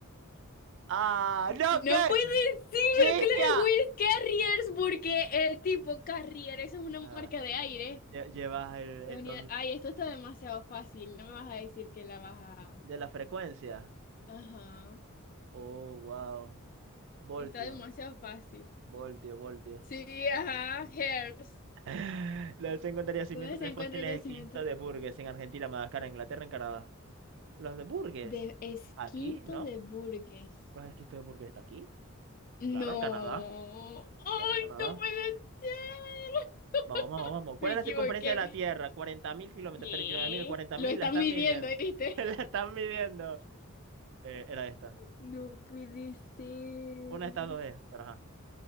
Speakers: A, on the right; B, on the left.
A: ¡Ah! ¡No,
B: No
A: qué!
B: puede ser,
A: ¡Ligia!
B: claro, Will Carriers, porque el tipo Carrier, eso es una
A: Nada.
B: marca de aire.
A: Lle- Llevas el, el
B: La unidad-
A: don
B: Ay, esto está demasiado fácil, no me vas a decir que la vas a...
A: de la frecuencia.
B: Ajá,
A: Oh, wow. Voltio,
B: está demasiado fácil.
A: voltio, voltio.
B: Sí, ajá, Hairs.
A: <laughs> Los encontraría yacimientos
B: ¿Dónde se
A: de
B: encuentra
A: fósiles
B: el yacimiento?
A: exquisitos de Burgess en Argentina, Madagascar, Inglaterra, en Canadá. Los de Burgess.
B: De Esquinto
A: Aquí, ¿no?
B: de Burgues.
A: Los esquistos de Burgess está aquí.
B: No,
A: Claro, en Canadá.
B: ay,
A: Claro, en Canadá.
B: no puede ser.
A: Vamos, vamos, vamos. ¿Cuál
B: Me
A: es
B: equivoqué.
A: la circunferencia de la Tierra? 40.000 kilómetros,
B: ¿Qué?
A: treinta y nueve mil, cuarenta
B: Lo
A: mil.
B: están
A: La están
B: midiendo,
A: midiendo.
B: ¿viste?
A: <laughs> La están midiendo. Eh, era esta.
B: No puede ser.
A: Una de estas dos es, pero ajá.